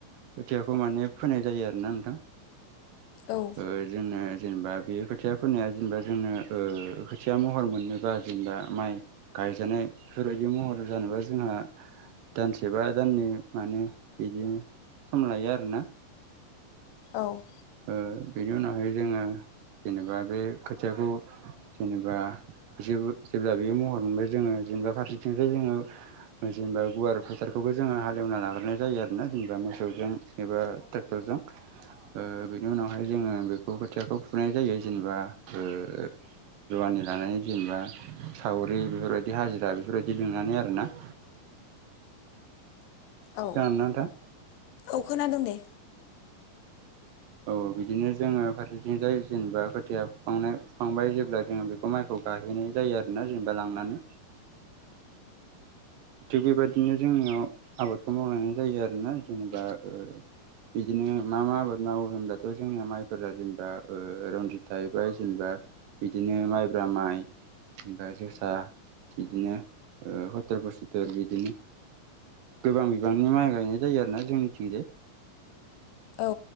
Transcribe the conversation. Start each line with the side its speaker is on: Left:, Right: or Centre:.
Right: खोथियाखौ माने फोनाय जायो आरोना नोंथां
Left: औ
Right: ओ जोंनो जेनेबा बेयो खोथिया फोनाया जेनेबा जोंनो ओ खोथिया महर मोननोबा जेनेबा माइ गायजानाय फोरबायदि महर जानोबा जोंहा दानसे बा दाननै माने बिदिनो सम लायो आरोना
Left: औ
Right: ओ बेनि उनावहाय जोङो जेनेबा बे खोथियाखौ जेनेबा बिसोरबो जेब्ला बेयो महर मोनबाय जोङो जेनेबा फारसेथिंजाय जोङो जेनेबा गुवार फोथारखौबो जोङो हालेवना लाग्रोनाय जायो आरो ना जेनेबा मोसौजों एबा ट्रेक्टर जों ओ बेनि उनावहाय जोङो बेखौ खोथियाखौ फुनाय जायो जेनेबा ओ रुवानि लानानै जेनेबा सावरि बेफोरबायदि हाजिरा बेफोरबायदि लिंनानै आरोना। <inaudible>
Left: औ
Right: खोनादोंना नोंथां?
Left: औ खोनादों दे।
Right: औ बिदिनो जोङो फारसेथिंजाय जेनेबा खोथिया फुखांनाय फुखांबाय जेब्ला जोङो बेखौ माइखौ गायहैनाय जायो आरोना जेनेबा लांनानै थिग बेबायदिनो जोंनियाव आबादखौ मावलांनाय जायो आरोना जेनेबा ओ बिदिनो मा मा आबाद माव होनब्लाथ' जोंनिया माइफोरा जेनेबा ओ रनजित थाहैबाय जेनेबा बिदिनो माइब्रा ब्रा माइ ओमफाय जोसा बिदिनो ओ <unintelligible> बिदिनो गोबां बिबांनि माइ गायनाय जायो आरोना जोंनिथिंजाय
Left: औ